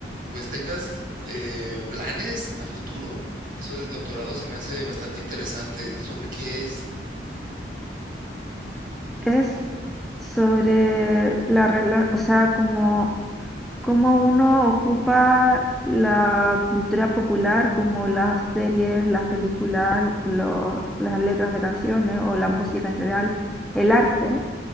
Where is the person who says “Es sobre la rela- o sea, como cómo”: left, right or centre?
Centre